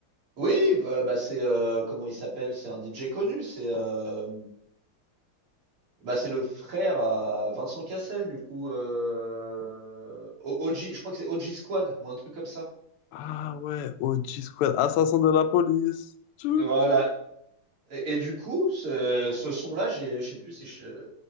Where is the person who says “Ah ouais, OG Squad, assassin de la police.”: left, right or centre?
Left